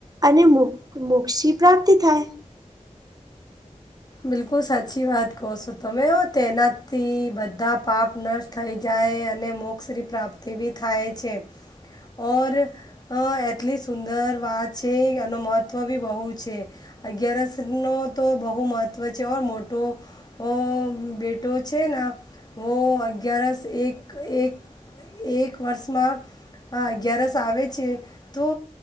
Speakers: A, on the right (about 30°); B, on the left (about 30°).
A: અને મો મોક્ષી પ્રાપ્તિ થાય
B: બિલકુલ સાચી વાત કહો છો તમે તેનાથી બધા પાપ નષ્ટ થઈ જાય અને મોક્ષની પ્રાપ્તિ બી થાય છે ઓર હ એટલી સુંદર વાત છે એનું મહત્ત્વ બી બહુ છે અગિયારસ નો તો બહુ મહત્ત્વ છે ઓર મોટો ઓ બેટો છે ને હ અગિયારસ એક એક એક વર્ષમાં અગિયારસ આવે છે તો